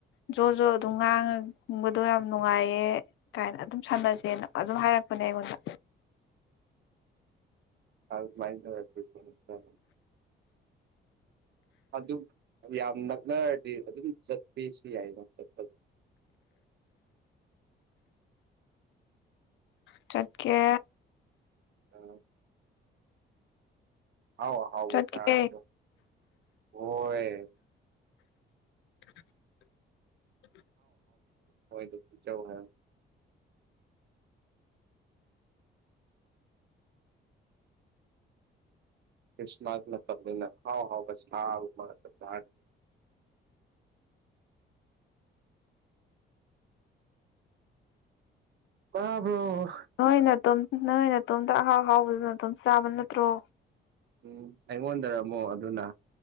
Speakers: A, on the left; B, on the right.
A: ꯖꯣ ꯖꯣ ꯑꯗꯨꯝ ꯉꯥꯡꯉ ꯕꯗꯣ ꯌꯥꯝ ꯅꯨꯡꯉꯥꯏꯌꯦ ꯀꯥꯏꯅ ꯑꯗꯨꯝ ꯁꯥꯟꯅꯁꯦꯅ ꯑꯗꯨꯝ ꯍꯥꯏꯔꯛꯄ꯫ ꯄꯅꯦ ꯑꯩꯉꯣꯟꯗ꯫
B: <unintelligible> ꯑꯗꯨꯝ ꯌꯥꯝ ꯅꯛꯅꯔꯗꯤ ꯑꯗꯨꯝ ꯆꯠꯄꯦꯁꯨ ꯌꯥꯏꯅ ꯆꯠꯄ꯫
A: <unintelligible> ꯆꯠꯀꯦ꯫
B: ꯑ꯫ ꯍꯥꯎ ꯍꯥꯎꯕ
A: ꯆꯠꯀꯦ
B: ꯆꯥꯗ ꯍꯣꯏ꯫
A: <inaudible>
B: ꯍꯣꯏꯗꯨ ꯄꯤꯆꯧ ꯍꯥꯏ꯫ ꯈ꯭ꯔꯤꯁꯃꯁ ꯃꯇꯝꯅꯤꯅ ꯍꯥꯎ ꯍꯥꯎ ꯍꯥ ꯃꯔ ꯆ꯫ ꯇꯕꯔꯣ꯫
A: ꯅꯣꯏ ꯅꯥꯇꯣꯝ ꯅꯣꯏꯅꯇꯣꯝꯇ ꯑꯍꯥꯎ ꯍꯥꯎꯕꯗꯨꯅ ꯑꯗꯨꯝ ꯆꯥꯕ ꯅꯠꯇ꯭ꯔꯣ꯫
B: ꯎꯝ ꯑꯩꯉꯣꯟꯗꯔꯝꯃꯣ ꯑꯗꯨꯅ꯫